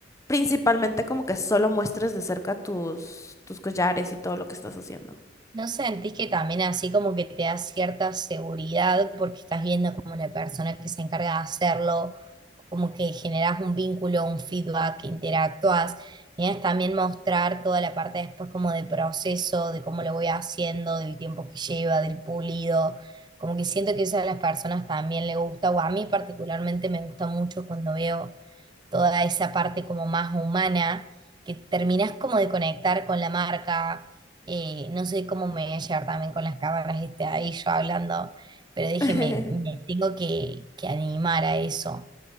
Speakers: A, on the left; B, on the right.
A: principalmente como que solo muestres de cerca tus, tus collares y todo lo que estás haciendo.
B: ¿No sentís que también así como que te da cierta seguridad porque estás viendo como la persona que se encarga de hacerlo, como que generás un vínculo, un feedback, interactúas? Y es también mostrar toda la parte después como de proceso, de cómo lo voy haciendo, del tiempo que lleva, del pulido. Como que siento que eso a las personas también le gusta, o a mí particularmente me gusta mucho cuando veo toda esa parte como más humana, que terminás como de conectar con la marca. Eh, no sé cómo me voy a llevar también con las cámaras este, ahí yo hablando, pero dije,
A: <laughs>
B: me, me tengo que, que animar a eso.